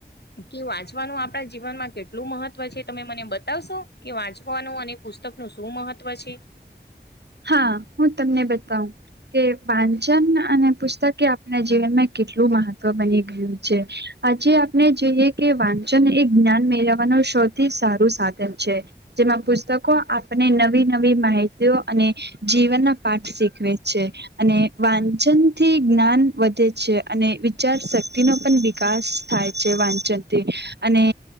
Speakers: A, on the left; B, on the right.
A: કે વાંચવાનું આપણા જીવનમાં કેટલું કેટલું મહત્વ છે તમે મને બતાવશો કે વાંચવાનું અને પુસ્તકનુંું શું મહત્વ છે
B: હા હું તમને બતાવું કે વાંચન અને પુસ્તકે એ આપણા જીવનમાં કેટલું મહત્વ બની ગયું છે આજે આપ જોઈએ કે વાંચન એ જ્ઞાન મેળવવાનું સૌથી સારું સાધન છે જેમાં પુસ્ત આપણે નવી નવી માહિતીઓ અને જીવનના પાઠ શીખવે છે અને વાંચન થી જ્ઞાન વધે છે અને વિચાર શ તનું પણ વિકાસ થાય છે વાંચનથી અને